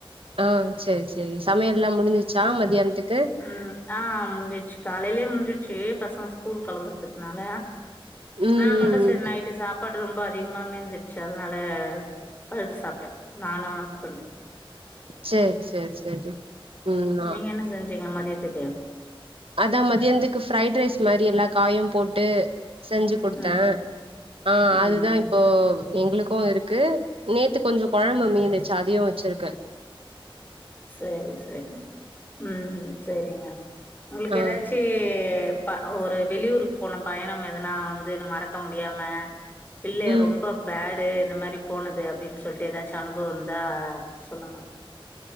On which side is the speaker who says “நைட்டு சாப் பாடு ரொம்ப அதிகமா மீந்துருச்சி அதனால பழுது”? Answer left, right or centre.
Left